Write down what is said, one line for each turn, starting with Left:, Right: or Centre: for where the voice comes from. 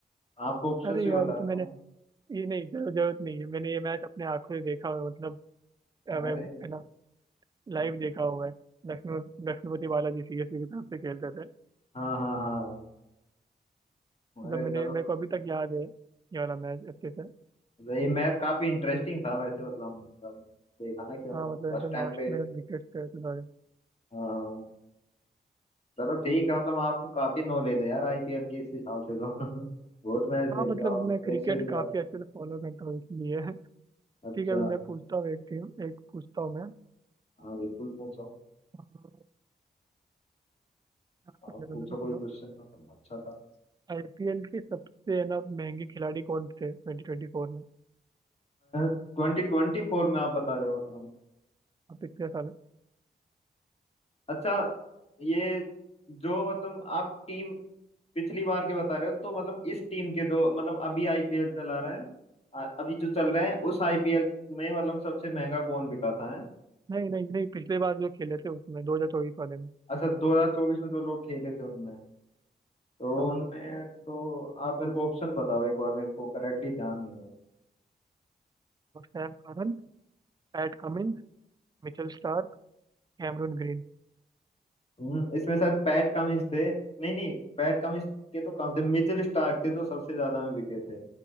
Left: आपको ऑप्शन
Right: अरे
Left: भी
Right: यार
Left: बताता
Right: ये तो मैंने
Left: हूँ
Right: ये नहीं जरूर- जरूरत नहीं है मैंने ये मैच अपने आंखों से देखा हुआ है, मतलब अ, मैं
Left: अरे
Right: है ना लाइव देखा हुआ है लक्ष्मी लक्ष्मीपति बालाजी सीएसके की तरफ से खेलते थे
Left: हाँ हाँ हाँ अरे
Right: मतलब मैंने
Left: चलो
Right: मेरे को अभी तक याद है ये वाला मैच अच्छे से
Left: ये मैथ काफी इंटरेस्टिंग था वैसे मतलब मतलब देखा ना कि मतलब
Right: हाँ मतलब
Left: फर्स्ट
Right: एकदम
Left: टाइम
Right: लास्ट
Left: पे
Right: में विकेट गए थे सारे
Left: हाँ चलो ठीक है मतलब आपको काफी नॉलेज है यार आईपीएल की इस हिसाब से तो <laughs> बहुत मैच देखते
Right: हाँ मतलब
Left: हो आप
Right: मैं
Left: तो
Right: क्रिकेट
Left: मेरे से भी ज्यादा
Right: काफी अच्छे से फॉलो करता हूँ इसलिए ठीक
Left: अच्छा
Right: है अभी मैं पूछता हूँ एक टीम एक पूछता हूँ मैं
Left: हाँ बिल्कुल पूछो
Right: अह, याद
Left: आप
Right: करने दो
Left: पूछो
Right: मेरे को
Left: कोई
Right: थोड़ा
Left: क्वेश्चन मतलब अच्छा था
Right: आईपीएल के सबसे है ना महंगे खिलाड़ी कौन थे ट्वेंटी ट्वेंटी फोर में
Left: ट्वेंटी ट्वेंटी फोर में आप बता रहे हो मतलब
Right: अब पिछले साल
Left: अच्छा ये जो मतलब आप टीम पिछली बार के बता रहे हो तो मतलब इस टीम के जो मतलब अभी आईपीएल चला रहा है आ- अभी जो चल रहा है उस आईपीएल में मतलब सबसे महंगा कौन बिका था है
Right: नहीं नहीं नहीं पिछले बार जो खेले थे उसमें दो हजार चौबीस वाले में
Left: अच्छा 2024 में जो लोग खेले थे उनमें तो
Right: हाँ
Left: उनमें तो आप मेरे को ऑप्शन बताओ एक बार मेरे को करेक्टली ध्यान नहीं है
Right: और Sam Curran Pat Cummins Mitchell Starc Cameron Green
Left: हम्म, इसमें शायद पैट कमिंस थे नहीं नहीं पैट कमिंस के तो कम थे मिचेल स्टार्क थे जो सबसे ज्यादा में बिके थे